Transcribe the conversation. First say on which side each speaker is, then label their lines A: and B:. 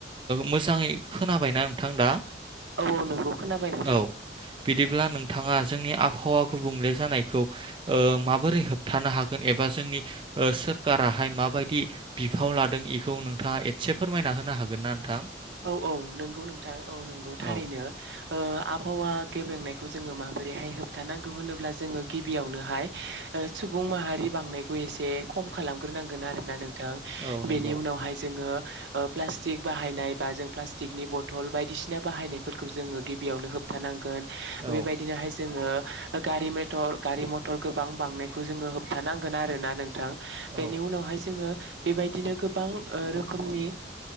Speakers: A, on the right; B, on the right.
A: मोजाङै खोनाबायना नोंथां दा?
B: औ-औ नंगौ। खोनाबाय नोंथां
A: औ बिदिब्ला नोंथाङा जोंनि आबहावा गुबुंले जानायखौ ओ माबोरै होबथानो हागोन एबा जोंनि ओ सोरखाराहाय माबायदि बिफाव लादों बेखौ नोंथाङा एसे फोरमायना होनो हागोन ना नोंथां?
B: औ-औ नंगौ नोंथां औ नंगौ थारैनो।
A: औ
B: ओ आबहावा गेबेंनायखौ जोङो माबोरैहाय होबथानांगौ होनोब्ला जोङो गिबियावनोहाय सुबुं माहारि बांनायखौ एसे खम खालामग्रोनांगोन आरो ना नों थां।
A: औ नंगौ
B: बेनि उनावहाय जोङो ओ प्लासटिक बाहायनाय बा जों प्लास्टिकनि बथल बायदिसिना बाहायनायफोरखौ जोङो गिबियावनो होबथानांगोन।
A: औ
B: बेबायदिनोहाय जोङो गारि मथर गारि मथर गोबां बांनायखौ जोङो होबथानांगोन आरो ना नोंथां।
A: औ
B: बेनि उनावहाय जोङो बेबायदिनो गोबां ओ रोखोमनि